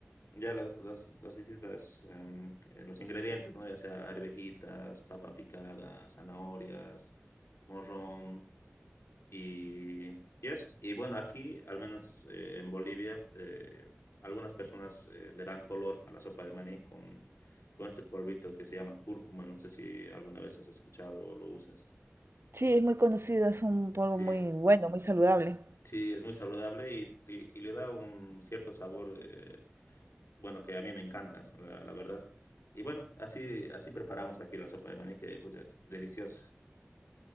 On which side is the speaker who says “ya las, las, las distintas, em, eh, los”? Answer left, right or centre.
Left